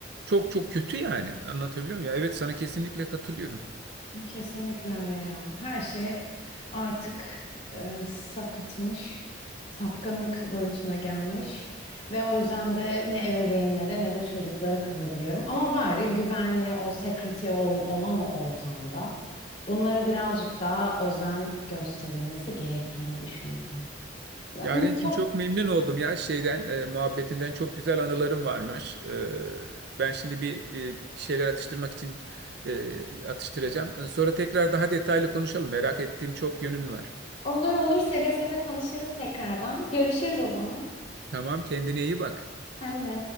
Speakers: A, on the right (about 55°); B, on the left (about 35°).
A: Çok çok kötü yani. Anlatabiliyor muyum? Ya, Evet sana kesinlikle katılıyorum.
B: Kesinlikle öyle ya. Her şey artık e, sapıtmış, sapkınlık boyutuna gelmiş ve o yüzden de ne ebeveynlere ne de çocuklara kızabiliyorum. Ama bari güvenli o security ol- olan o ortamda bunları birazcık daha özen gösterilmesi gerektiğini düşünüyorum. Ya,
A: Yarencim
B: çok
A: çok memnun oldum ya şeyden e, muhabbetinden çok güzel anılarım varmış. E, ben şimdi bir e, bir şeyler atıştırmak için e, atıştıracağım. E, Sonra tekrar daha detaylı konuşalım. Merak ettiğim çok yönün var.
B: olur olur seve seve konuşuruz tekrardan. Görüşürüz o zaman.
A: Tamam kendine iyi bak.
B: Senle.